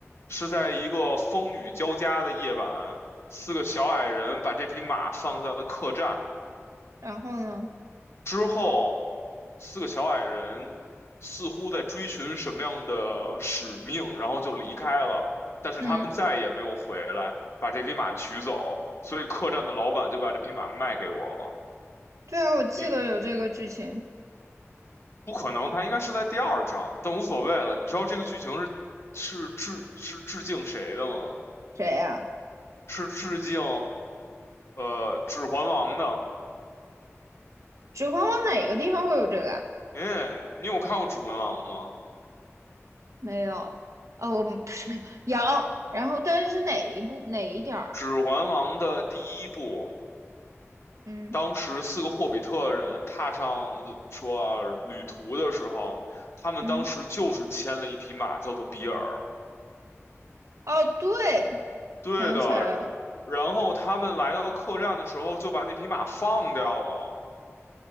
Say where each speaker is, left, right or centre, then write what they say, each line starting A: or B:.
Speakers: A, on the left; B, on the right.
A: 是在一个风雨交加的夜晚，四个小矮人把这匹马放在了客栈。
B: 然后呢？
A: 之后，四个小矮人似乎在追寻什么样的使命，然后就离开了。但是他们再也没有回来，
B: 嗯，
A: 把这匹马取走。所以客栈的老板就把这匹马卖给我了。
B: 对啊，我记得有这个剧情。
A: 你不可能，他应该是在第二章，但无所谓了。你知道这个剧情是是致是致敬谁的吗？
B: 谁呀、
A: 是致敬呃《指环王》的。
B: 指环王哪个地方会有这个啊？
A: 哎，你有看过《指环王》吗？
B: 没有。哦，我们不是没有。有，然后但是是哪一部哪一点儿啊？
A: 《指环王》的第一部。
B: 嗯
A: 当时四个霍比特人踏上怎么说啊旅途的时候，他们当时就是牵了一匹马，
B: 嗯，
A: 叫做比尔。
B: 哦，对，
A: 对的，
B: 想起来了。
A: 然后他们来到客栈的时候就把那匹马放掉了。